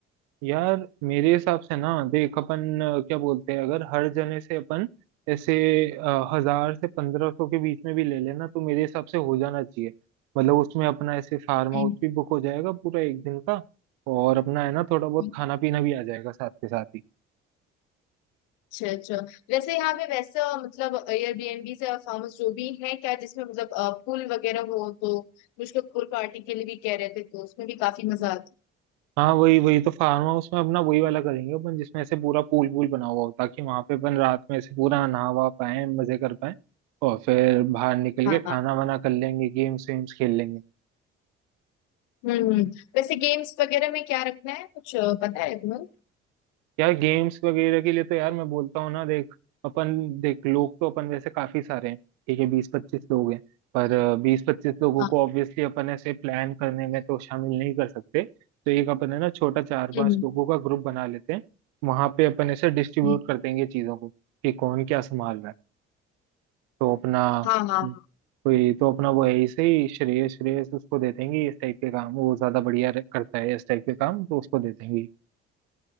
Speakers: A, on the right; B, on the left.
A: यार मेरे हिसाब से ना देख अपन अ, क्या बोलते हैं अगर हर जने से अपन ऐसे अ, हजार से पंद्रह सौ के बीच में भी ले लेना तो मेरे हिसाब से हो जाना चाहिए मतलब उसमें अपना ऐसे फार्म हाउस
B: हम्म,
A: भी बुक हो जाएगा पूरा एक दिन का और अपना है ना थोड़ा बहुत
B: हम्म।
A: खाना पीना भी आ जाएगा साथ के साथ ही
B: अच्छा अच्छा वैसे यहाँ पे वैसा मतलब एयरबीएनबी से फार्म हाउस जो भी है क्या जिसमें मतलब अ, पूल वगैरह हो तो कुछ लोग पूल पार्टी के लिए भी कह रहे थे तो उसमें भी काफी मजा आता
A: हाँ वही वही तो फार्म हाउस में अपना वही वाला करेंगे अपन जिसमें ऐसे पूरा पूल पूल बना हुआ हो ताकि वहां पे अपन रात में ऐसे पूरा नहावा पाए मजे कर पाए और फिर बाहर निकल
B: है
A: के
B: हाँ
A: खाना
B: हाँ
A: वाना कर लेंगे गेम्स वेम्स खेल लेंगे
B: हम्म हम्म। वैसे गेम्स वगैरह में क्या रखना है कुछ अ, पता है तुम्हें
A: यार गेम्स वगैरह के लिए तो यार मैं बोलता हूँ ना देख अपन देख लोग तो अपन वैसे काफी सारे हैं ठीक है बीस पच्चीस लोग हैं पर बीस पच्चीस लोगों
B: हाँ
A: को ऑब्वियसली अपन ऐसे प्लान करने में तो शामिल नहीं कर सकते तो एक अपन है ना छोटा चार पांच
B: हम्म,
A: लोगों का ग्रुप बना लेते हैं वहां पे अपन ऐसे डिस्ट्रीब्यूट
B: हम्म।
A: कर देंगे चीजों को कि कौन क्या संभाल रहा है तो अपना
B: हाँ हाँ
A: हम्म, कोई तो अपना वो है ऐसे ही श्रेयस श्रेयस उसको दे देंगे इस टाइप के काम वो ज्यादा बढ़िया करता है इस टाइप के काम तो उसको दे देंगे